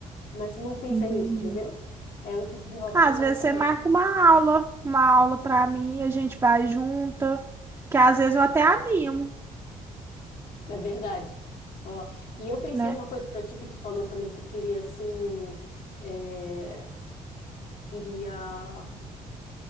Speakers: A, on the left (about 70°); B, on the right (about 20°).
A: mas tu não pensa
B: Entendi.
A: nisso, entendeu? É um tipo de hobby
B: Ah,
A: que eu
B: Às
A: tenho
B: vezes
A: também.
B: você marca uma aula, uma aula para mim, a gente vai junta, que às vezes eu até animo,
A: É verdade. Ó, e eu pensei
B: né?
A: uma coisa pra ti que tu falou também que queria assim, é, queria